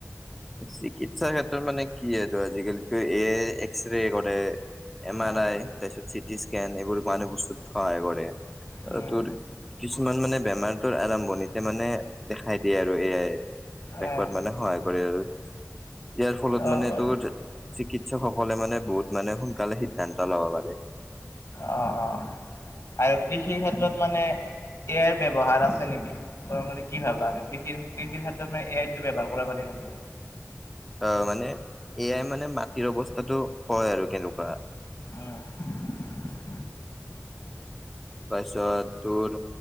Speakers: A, in the centre; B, on the left.
A: চিকিৎসাৰ ক্ষেত্ৰত মানে কি আৰু আজিকালিতো এয়াই এক্সৰে কৰে। এম
B: আৰু
A: আৰ আই তাৰপিছত চিটিস্কেন, এইবোৰো মানে বস্তুত সহায় কৰে। আৰু
B: উম,
A: তোৰ কিছুমান মানে বেমাৰ তৰ আৰম্ভণিতে মানে দেখাই দিয়ে আৰু এয়াই দেখুৱাত
B: আহ,
A: মানে সহায় কৰে আৰু ইয়াৰ ফলত
B: অ',
A: মানে
B: অ',
A: তোৰ চিকিৎকসকলে মানে বহুত মানে সোনকালে সিদ্ধান্ত ল'ব পাৰে
B: অ অ আৰু কৃষিৰ ক্ষেত্ৰত মানে ইয়াৰ ব্যৱহাৰ আছে নিকি তই মনে কি ভাবা আৰু কৃষি কৃষিৰ ক্ষেত্ৰত মানে এয়াইটো ব্যৱহাৰ কৰিব পাৰে নিকি
A: অহ মানে এয়াই মানে মাটিৰ অৱস্থাটো কয় আৰু কেনেকুৱা
B: উম
A: পাছত তোৰ